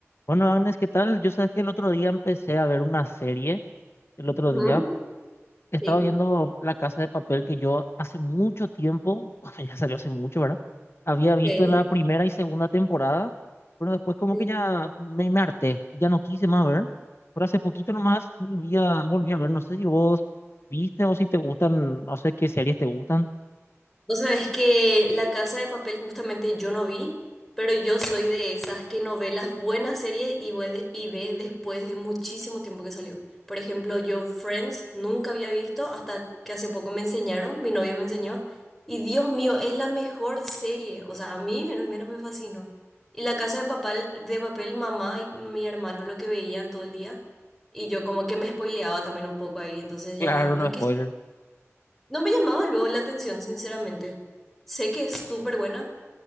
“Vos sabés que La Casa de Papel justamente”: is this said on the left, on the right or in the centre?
Centre